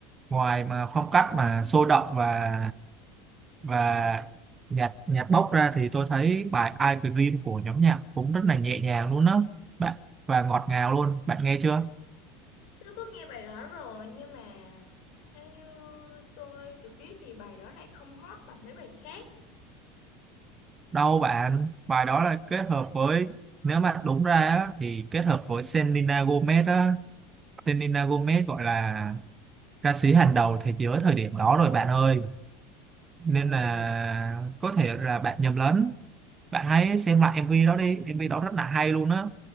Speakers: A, on the right; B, on the left.
A: ngoài mà phong cách mà sôi động và và nhạc nhạc bốc ra thì tôi thấy bài Ice Cream của nhóm nhạc cũng rất là nhẹ nhàng luôn á bạn và ngọt ngào luôn bạn nghe chưa
B: Tôi có nghe bài đó rồi nhưng mà theo như tôi được biết thì bài đó lại không hot bằng mấy bài khác.
A: Đâu bạn, bài đó là kết hợp với nếu mà đúng ra á, thì kết hợp với Selena Gomez á, Selena Gomez gọi là ca sĩ hàng đầu thế giới thời điểm đó rồi bạn ơi. Nên là có thể là bạn nhầm lẫn. Bạn hãy xem lại MV đó đi, MV đó rất là hay luôn á